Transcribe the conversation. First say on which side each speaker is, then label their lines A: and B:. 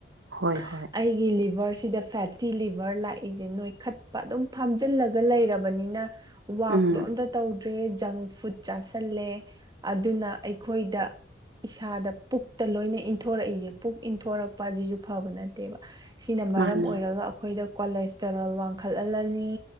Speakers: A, on the right; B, on the right.
A: ꯍꯣꯏ
B: <unintelligible>
A: ꯍꯣꯏ
B: ꯑꯩꯒꯤ ꯂꯤꯚꯔꯁ ꯁꯤꯗ ꯐꯦꯠꯇꯤ ꯂꯤꯚꯔ ꯂꯥꯛꯏꯁꯦ ꯅꯣꯏ ꯈꯠꯄ ꯑꯗꯨꯝ ꯐꯥꯝꯖꯤꯜꯂꯒ ꯂꯩꯔꯕꯅꯤꯅ ꯋꯥꯛꯇꯣ
A: ꯎꯝ
B: ꯑꯝꯇ ꯇꯧꯗ꯭ꯔꯦ ꯖꯪ ꯐꯨꯗ ꯆꯥꯥꯁꯜꯂꯦ ꯑꯗꯨꯅ ꯑꯩꯈꯣꯏꯗ ꯏꯁꯥꯗ ꯄꯨꯛꯇ ꯂꯣꯏꯅ ꯏꯟꯊꯣꯔꯛꯏꯁꯦ ꯄꯨꯛ ꯏꯟꯊꯣꯔꯛꯄ ꯑꯁꯤꯁꯨ ꯐꯕ ꯅꯠꯇꯦꯕ ꯁꯤꯅ ꯃꯔꯝ
A: ꯃꯥꯅꯦ
B: ꯑꯣꯏꯔꯒ ꯑꯩꯈꯣꯏꯗ ꯀꯣꯂꯦꯁꯇꯔꯣꯜ ꯋꯥꯡꯈꯠꯍꯜꯂꯅꯤ